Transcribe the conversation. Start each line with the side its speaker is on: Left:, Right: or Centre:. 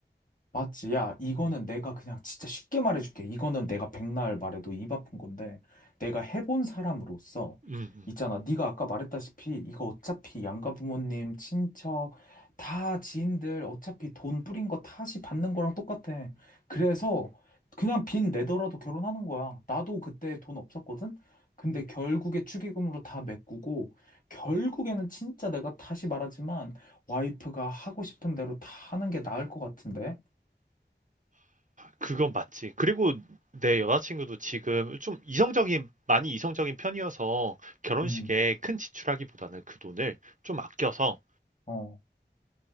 Left: 맞지? 야, 이거는
Right: 어,
Left: 내가 그냥 진짜 쉽게 말해줄게. 이거는 내가 백날 말해도 입 아픈 건데, 내가 해본 사람으로서,
Right: 음, 음.
Left: 있잖아. 네가 아까 말했다시피, 이거 어차피 양가 부모님, 친척, 다 지인들, 어차피 돈 뿌린 거 다시 받는 거랑 똑같아. 그래서 그냥 빚 내더라도 결혼하는 거야. 나도 그때 돈 없었거든? 근데 결국에 축의금으로 다 메꾸고, 결국에는 진짜 내가 다시 말하지만, 와이프가 하고 싶은 대로 다 하는 게 나을 것 같은데?
Right: 그건 맞지. 그리고 내 여자친구도 지금 좀 이성적인, 많이 이성적인 편이어서 결혼식에
Left: 음,
Right: 큰 지출하기보다는 그 돈을 좀 아껴서,
Left: 어,